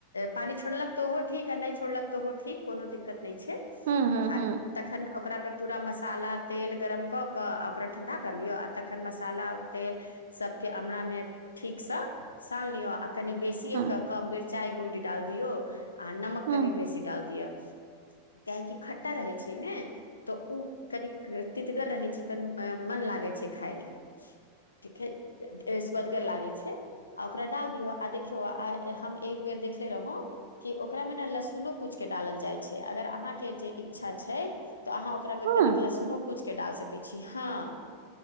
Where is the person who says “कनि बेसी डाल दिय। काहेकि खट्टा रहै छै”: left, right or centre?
Left